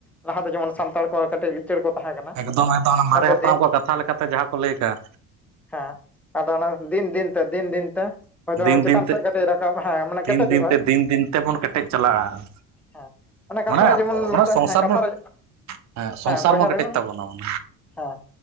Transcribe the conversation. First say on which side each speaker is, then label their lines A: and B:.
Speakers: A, in the centre; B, on the right.
A: ᱞᱟᱦᱟᱛᱮ ᱡᱮᱢᱚᱱ ᱥᱟᱱᱛᱟᱲ ᱠᱚ ᱠᱟᱹᱴᱤᱡ ᱞᱤᱪᱟᱹᱲ ᱠᱚ ᱛᱟᱦᱮᱸ ᱠᱟᱱᱟ᱾
B: ᱮᱠᱫᱚᱢ
A: ᱦᱚᱭᱛᱳ
B: ᱢᱟᱨᱮ ᱦᱟᱯᱲᱟᱢ
A: ᱫᱤᱱ
B: ᱠᱚᱣᱟᱜ ᱠᱟᱛᱷᱟ ᱞᱮᱠᱟᱛᱮ ᱡᱟᱦᱟᱸ ᱠᱚ ᱞᱟᱹᱭ ᱠᱟᱜ
A: ᱦᱮᱸ ᱟᱫᱚ ᱚᱱᱟ ᱫᱤᱱ ᱫᱤᱱᱛᱮ ᱫᱤᱱ ᱫᱤᱱᱛᱮ ᱦᱳᱭᱛᱚ
B: ᱫᱤᱱ
A: ᱪᱮᱛᱟᱱ
B: ᱫᱤᱱ ᱛᱮ
A: ᱥᱮᱫ ᱠᱟᱹᱴᱤᱡ ᱨᱟᱠᱟᱵ ᱦᱮᱸ ᱢᱟᱱᱮ
B: ᱫᱤᱱ
A: ᱠᱮᱴᱮᱡᱚᱜᱟᱭ᱾
B: ᱫᱤᱱ ᱛᱮ ᱫᱤᱱ ᱫᱤᱱ ᱛᱮᱵᱚᱱ ᱠᱮᱴᱮᱡ ᱪᱟᱞᱟᱜᱼᱟ
A: ᱦᱮᱸ ᱚᱱᱟ ᱠᱟᱛᱷᱟ
B: ᱢᱟᱱᱮ
A: ᱨᱮ ᱡᱮᱢᱚᱱ
B: ᱚᱱᱟ
A: ᱢᱤᱫᱴᱮᱱ
B: ᱥᱚᱝᱥᱟᱨ
A: ᱦᱮᱸ ᱠᱟᱛᱷᱟ
B: ᱵᱚᱱ
A: ᱨᱮ
B: ᱦᱮᱸ ᱥᱚᱝᱥᱟᱨ
A: ᱵᱚᱭᱦᱟ
B: ᱢᱟ ᱠᱮᱴᱮᱡ
A: ᱞᱟᱹᱭ ᱢᱮ
B: ᱛᱟᱵᱚᱱ ᱟᱵᱚᱱ᱾
A: ᱦᱮᱸ